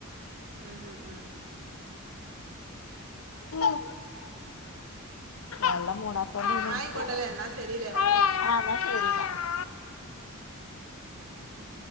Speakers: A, on the right (about 70°); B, on the left (about 80°).
A: ഉം ഉം ഉം
B: ഉം നല്ല മൂടാത്തോണ്ട <unintelligible>
A: എന്നാ ആയിക്കോട്ടല്ലേ എന്നാ ശരില്ലേ
B: ആ ന്നാ ശരി ട്ടാ
A: മ്